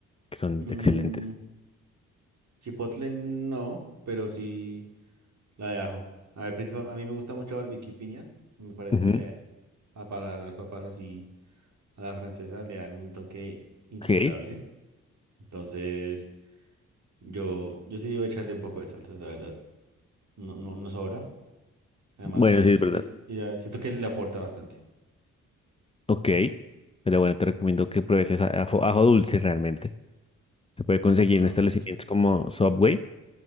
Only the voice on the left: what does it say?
que son
excelentes.
Ujú,
Ok,
bueno,
sí, es
verdad.
Ok, pero bueno, te recomiendo que pruebes esa ajo, ajo dulce realmente. Se puede conseguir
en establecimientos
como Subway,